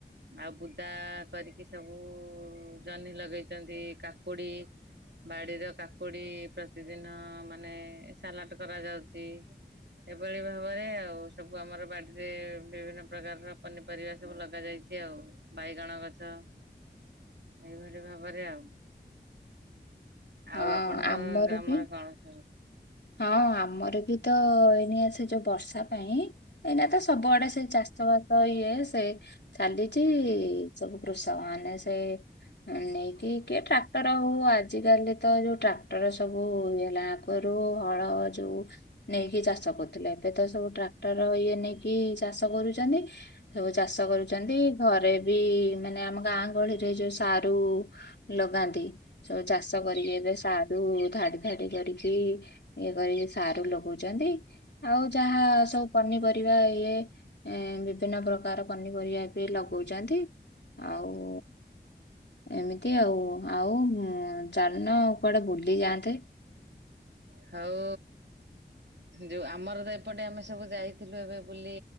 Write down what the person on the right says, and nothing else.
ଆଉ ବୁଦା କରିକି ସବୁ ଜହ୍ନି ଲଗେଇଛନ୍ତି। କାକୁଡି ବାଡିର କାକୁଡି ପ୍ରତିଦିନ ମାନେ ସାଲାଟ କରାଯାଉଛି। ଏଭଳି ଭାବରେ ଆଉ ସବୁ ଆମର ବାଡିରେ ବିଭିନ୍ନ ପ୍ରକାରର ପନିପରିବା ସବୁ ଲଗା ଯାଇଛି। ଛି ନଜ ଆଉ ବାଇଗଣ ଗଛ ଏଇଭଳି ଭାବରେ ଆଉ।
ଆଉ ଆପଣଙ୍କ
ଗ୍ରାମର
କଣ ସ
ହଉ ଯଉ ଆମର ତ ଏପଟେ ଆମେ ସବୁ ଯାଇଥିଲୁ ଏବେ ବୁଲି